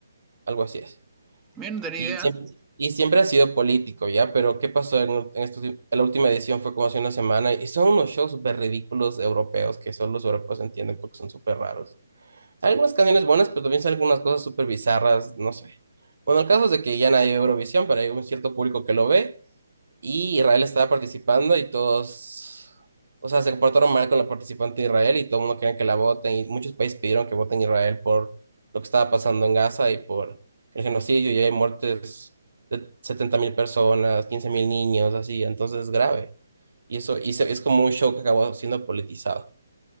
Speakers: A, on the right; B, on the right.
A: algo así es.
B: Bien, no tenía
A: Y
B: idea.
A: siempre, y siempre ha sido político, ¿ya? Pero ¿qué pasó en, en estos en la última edición? Fue como hace una semana y son unos shows súper ridículos europeos que solo los europeos entienden porque son súper raros. Hay algunas canciones buenas, pero también salen algunas cosas súper bizarras, no sé. Bueno, el caso es de que ya nadie ve Eurovisión, pero hay un cierto público que lo ve y Israel estaba participando y todos, o sea, se comportaron mal con la participante de Israel y todo el mundo quería que la voten y muchos países pidieron que voten Israel por lo que estaba pasando en Gaza y por el genocidio y hay muertes de setenta mil personas, quince mil niños, así, entonces es grave. Y eso y se- es como un show que acabó siendo politizado.